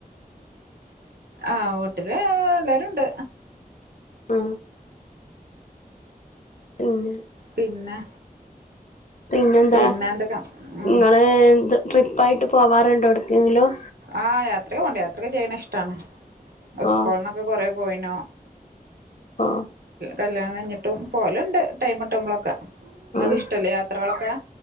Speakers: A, on the right (about 85°); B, on the left (about 55°).
A: ആഹ് വീട്ടില് എല്ലാരുണ്ട്
B: ഉം പിന്നെ
A: പിന്നെ
B: പിന്നെന്താ
A: പിന്നെ എന്തൊക്കെ ഉം
B: ഇങ്ങള് എന്താ ട്രിപ്പായിട്ട് പോവാറുണ്ടോ എവിടുക്കെങ്കിലും
A: ആഹ് യാത്രക്കെ പോണ്ട് യാത്രക്കെ ചെയ്യണ ഇഷ്ടാണ്
B: ഓ
A: സ്കൂളന്നൊക്ക ഒക്കെ കൊറെ പോയിനു
B: ഓ
A: കല്യാണംകഴിഞ്ഞിട്ടും പോകലുണ്ട് ടൈമിട്ടുമ്പളൊക്കെ നിങ്ങൾക്ക്
B: ആഹ്
A: ഇഷ്ടമല്ലേ യാത്രകളൊക്കെ